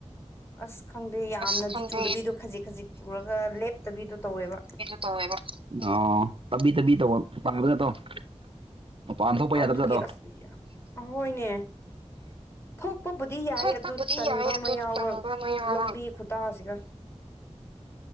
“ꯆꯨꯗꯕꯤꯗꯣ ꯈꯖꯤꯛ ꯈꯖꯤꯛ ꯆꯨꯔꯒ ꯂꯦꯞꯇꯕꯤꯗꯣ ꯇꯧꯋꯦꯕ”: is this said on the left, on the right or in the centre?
Left